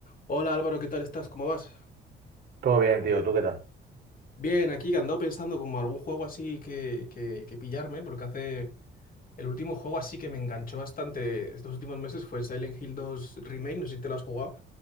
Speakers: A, on the left (about 45°); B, on the right (about 60°).
A: Hola Álvaro, ¿qué tal estás? ¿Cómo vas?
B: Todo bien, tío. ¿Tú qué tal?
A: Bien, aquí que andado pensando como algún juego así que, que, que pillarme, porque hace el último juego así que me enganchó bastante estos últimos meses fue el Silent Hill 2 Remake, no sé si te lo has jugado,